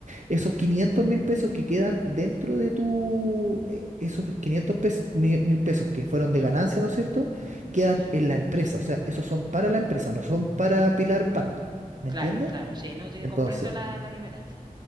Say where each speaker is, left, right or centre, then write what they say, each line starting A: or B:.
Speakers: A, on the right (about 55°); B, on the right (about 30°).
A: esos quinientos mil pesos que quedan dentro de tu, de esos 500 pes- mi- mil pesos que fueron de ganancia, ¿no es cierto? Quedan
B: Sí.
A: en la empresa, o sea, esos son para la empresa, no son para Pilar Pando, ¿me
B: Claro,
A: entiendes?
B: claro, sí, no sí,
A: Entonces,
B: comprendo la, la diferencia.